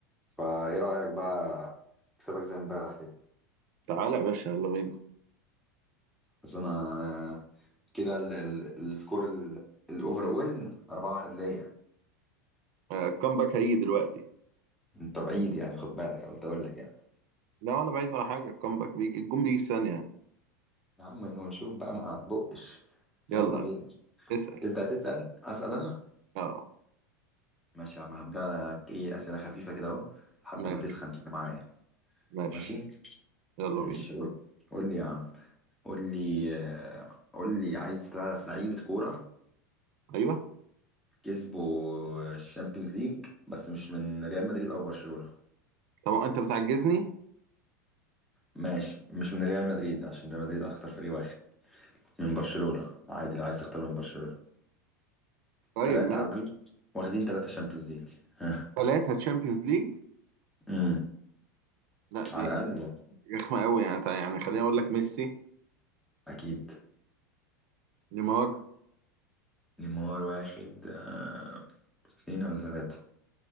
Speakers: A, in the centre; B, on the right.
A: فايه رأيك بقى اكسبك زي امبارح كده
B: تعالى يا باشا يلا بينا
A: بس انا آه، كده ال- ال- السكور ال- الاوفر اول 4 1 ليا
B: آه، الكامباك هيجي دلوقتي
A: انت بعيد يعني خد بالك قلت اقول لك يعني
B: لا ولا بعيد ولا حاجة الكامباك بيجي الجون بيجي في ثانية
A: يا عم ونشوف بقى ما تبقش
B: يلا
A: يلا بينا
B: اسأل
A: تبدأ تسأل اسأل انا
B: اه
A: ماشي يا عم هبدأ لك ايه اسئلة خفيفة كده اهو لحد
B: ماشي
A: ما تسخن كده معايا
B: ماشي
A: ماشي
B: يلا
A: ماشي
B: بينا
A: قول قول لي يا عم قول لي آه، قول لي عايز ثلاث لعيبة كورة
B: ايوه
A: كسبوا الشامبيونز ليج بس مش من ريال مدريد او برشلونة
B: طب انت بتعجزني
A: ماشي مش من ريال مدريد عشان ريال مدريد اخطر فريق واخد من برشلونة عادي لو عايز تختار من برشلونة
B: طيب
A: تلاتة
B: ماشي
A: على الأقل واخدين تلاتة شامبيونز ليج ها
B: ثلاثة تشامبيونز ليج
A: امم
B: لا دي
A: على
B: يعني
A: الأقل يعني
B: رخمة قوي يعني تع- يعني خليني اقول لك ميسي
A: أكيد
B: نيمار
A: نيمار واخد آه، اتنين ولا تلاتة